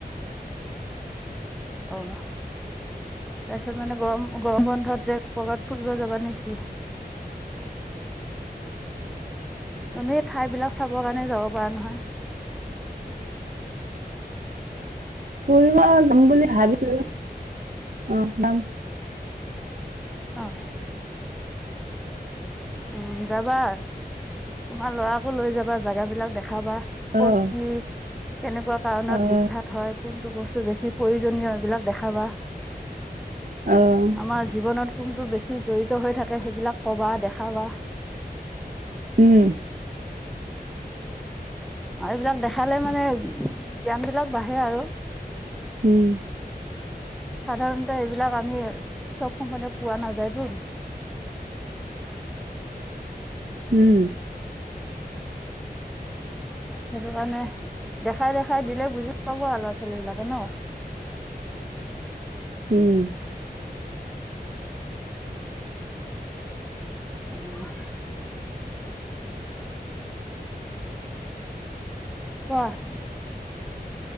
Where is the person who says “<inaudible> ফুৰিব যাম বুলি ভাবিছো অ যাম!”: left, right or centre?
Right